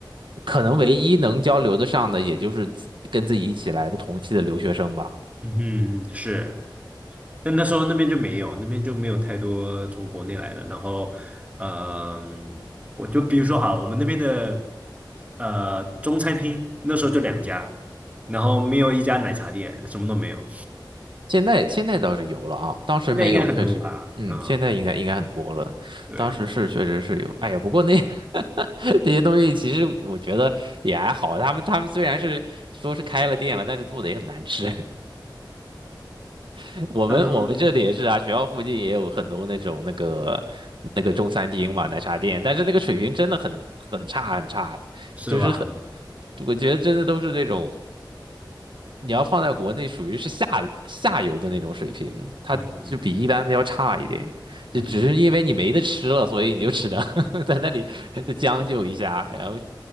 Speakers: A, on the right; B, on the right.
A: 可能唯一能交流的上的，也就是自跟自己一起来的同期的留学生吧。
B: 嗯哼，是。但那时候那边就没有，那边就没有太多从国内来的。然后，嗯、我就比如说好了我们那边的呃中餐厅那时候就两家，然后没有一家奶茶店，什么都没有。
A: 现在现在倒是有了啊，当时没有，
B: 现在应该很多吧？
A: 确实，嗯，
B: 嗯，
A: 现在应该应该很多了。
B: 对，
A: 当时是确实是有，哎呀，不过那 <laughs> 那些东西其实我觉得也还好，他们他们虽然是说是开了店了，但是做的也很难吃。<laughs> 我们我们这里也是啊，
B: 嗯，
A: 学校附近也有很多那种那个那个中餐厅嘛，奶茶店，但是那个水平真的很很差很差，
B: 是吧？
A: 就是很，我觉得真的都是那种你要放在国内属于是下下游的那种水平，它就比一般的要差一点，
B: 嗯嗯
A: 就只是因为你没得吃了，所以你就只能 <laughs> 在那里就将就一下，然后